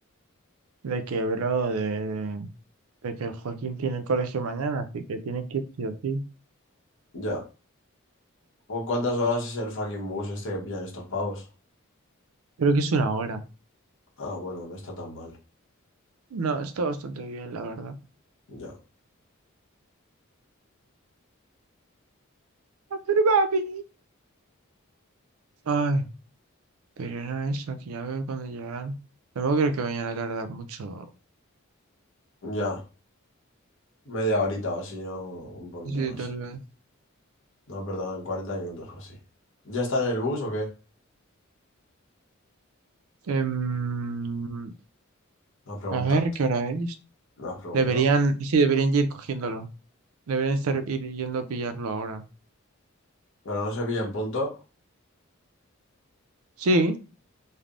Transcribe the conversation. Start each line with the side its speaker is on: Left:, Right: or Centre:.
Right: de que, bro, de, de que el Joaquín tiene el colegio mañana, así que tiene que ir sí o sí.
Left: Ya. ¿Por cuántas horas es el fucking bus este que pillan estos pavos?
Right: Creo que es una hora.
Left: Ah, bueno, no está tan mal.
Right: No, está bastante bien, la verdad.
Left: Ya.
Right: Ah, Pero papi. Ay, pero era eso, que ya veo cuando llegarán. Luego creo que vayan a tardar mucho.
Left: Ya. Media horita o así, ¿no? Un poquito
Right: Sí,
Left: más.
Right: tal vez.
Left: No, perdón, 40 minutos o así. ¿Ya está en el bus o qué?
Right: Em,
Left: No has preguntado,
Right: a ver, ¿qué hora es?
Left: no has preguntado.
Right: Deberían, sí, deberían ya ir cogiéndolo. Deberían estar ir yendo a pillarlo ahora.
Left: Pero no se pillan puntos.
Right: Sí,